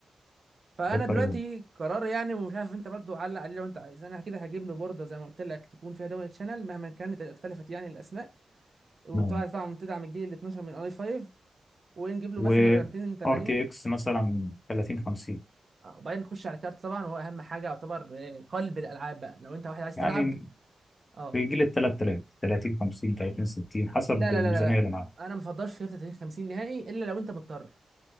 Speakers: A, on the right; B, on the left.
A: فانا
B: ده الفرق
A: دلوقتي قرار يعني ومش عارف انت برضو علق عليه لو انت عايز انا كده هجيب له بورده زي ما قلت لك تكون فيها دول شانل مهما كانت اختلفت يعني الاسماء وطبعا
B: ده
A: طبعا تدعم الجيل ال 12 من اي 5 ونجيب له
B: و
A: مثلا رامتين 8
B: ار تي اكس مثلا 30 50
A: اه، وبعدين نخش على الكارت طبعا وهو اهم حاجه يعتبر اه، قلب الالعاب بقى لو انت واحد عايز
B: يعني
A: تلعب اه
B: في جيل ال 3000 30 50 30 60 حسب
A: لا لا
B: الميزانية
A: لا لا
B: اللي معاه
A: انا ما بفضلش كارت 30 50 نهائي الا لو انت مضطر